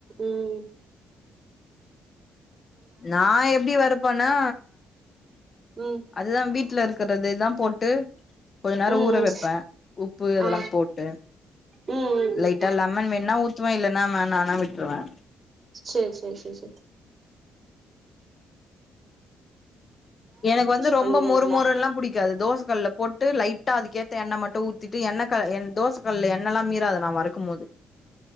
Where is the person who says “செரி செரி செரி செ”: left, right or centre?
Right